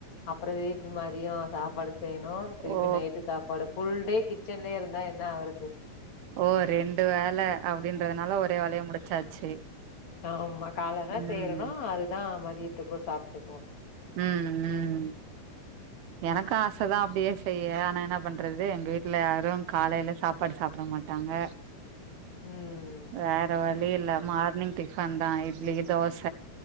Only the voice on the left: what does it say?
அப்புறோ திருப்பி மதியோ சாப்பாடு செய்ணு திருப்பி
நைட்டு சாப்பாடு ஃபுல் டே கிச்சன்லயே இருந்தா என்னா ஆவுறது
ஆமா காலைல என்ன
செய்றேனோ அதுதா மதியத்துக்கு சாப்ட்டுக்குவோ
உம்